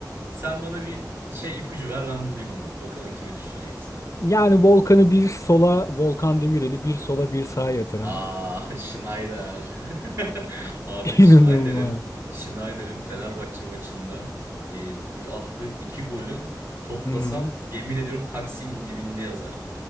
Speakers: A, on the right; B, on the left.
A: Sen bana bir şey ipucu ver ben bulayım onu. Bakalım kimi düşüneceksin.
B: Yani Volkan'ı bir sola, Volkan Demirel'i bir sola bir sağa yatıran.
A: Aa <laughs> Schneider. <laughs> Abi
B: <laughs>
A: Schneider'in
B: İnanılmaz.
A: Schneider'in Fenerbahçe maçında e, attığı iki golün toplasan
B: Hı hı.
A: yemin ediyorum taksi dibinde yazar.